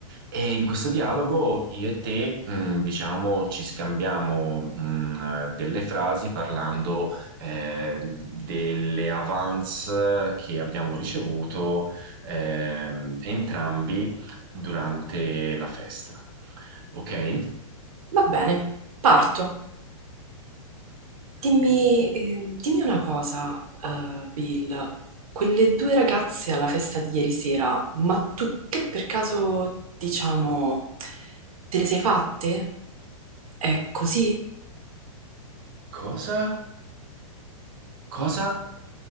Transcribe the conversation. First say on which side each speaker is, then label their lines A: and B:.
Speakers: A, on the right; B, on the right.
A: e in questo dialogo io e te, mh, diciamo, ci scambiamo, mh, delle frasi parlando, eh, delle avance che abbiamo ricevuto, ehm, entrambi durante la festa. Ok?
B: Va bene, parto. Dimmi, eh, dimmi una cosa, eh, Bill. Quelle due ragazze alla festa di ieri sera, ma tu che per caso, diciamo, te le sei fatte? È così?
A: Cosa? Cosa?